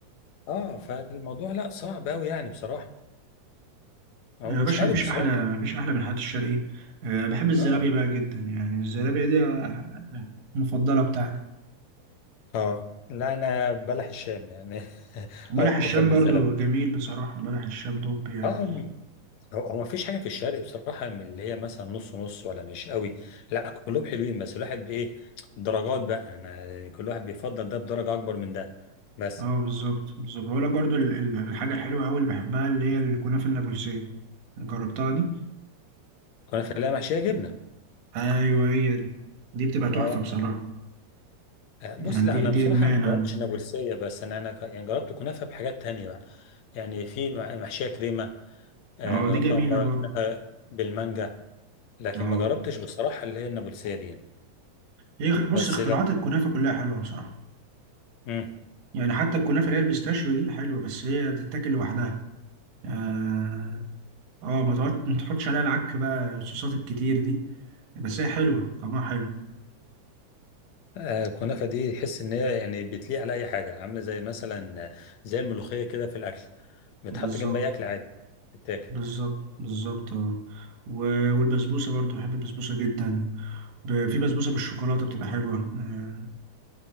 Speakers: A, on the left; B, on the right.
A: اه فالموضوع لا صعب قوي يعني بصراحه او
B: يا
A: مش
B: باشا
A: عارف
B: مفيش
A: بصراحه
B: احلى
A: يعني
B: مفيش احلى من الحاجات الشرقيه أه بحب الزلابيه
A: اه
B: بقى جدا يعني الزلابيه دي آه، المفضله بتاعتي
A: اه لا انا بلح الشام يعني <laughs>
B: بلح
A: افضل
B: الشام
A: من
B: برضه
A: الزلمه
B: جميل بصراحه بلح الشام توب يعني
A: اه م- هو هو مفيش حاجه في الشرق بصراحه من اللي هي مثلا نص نص ولا مش قوي لا كلهم حلوين بس الواحد ايه درجات بقى انا كل واحد بيفضل ده بدرجه اكبر من ده بس
B: اه بالظبط بالظبط بقول لك برضو ال- ال- الحاجه الحلوه قوي اللي بحبها اللي هي الكنافه النابلسيه جربتها دي
A: كنا في اللي محشيه جبنه
B: ايوه هي دي دي بتبقى تحفه
A: اه
B: بصراحه
A: آه،
B: يعني
A: بص لا
B: دي
A: انا
B: دي
A: بصراحه
B: ادمان
A: ما جربتش
B: عندي
A: نابلسيه بس انا انا ك- يعني جربت كنافه بحاجات تانية بقى يعني في م- محشيه كريمه آه،
B: اه
A: جربتها
B: دي جميله
A: مره
B: برضو
A: كنافة بالمانجا لكن
B: اه
A: ما جربتش بصراحه اللي هي النابلسيه دي يعني.
B: هي خ- بص
A: بس
B: اختراعات
A: لو
B: الكنافه كلها حلوه بصراحه
A: مم.
B: يعني حتى الكنافه اللي هي البيستاشيو دي حلوه بس هي تتاكل لوحدها اه اه ما تقعد ما تحطش عليها العك بقى الصوصات الكتير دي بس هي حلوه طعمها حلو
A: آه، الكنافة دي تحس إن هي يعني بتليق على أي حاجة عاملة زي مثلا آه، زي الملوخية كده في الأكل بتحط
B: بالظبط
A: جنب أي أكل عادي بتاكل
B: بالظبط بالظبط اه و- والبسبوسة برضو بحب البسبوسة جدا ب- في بسبوسة بالشوكولاتة بتبقى حلوة آه،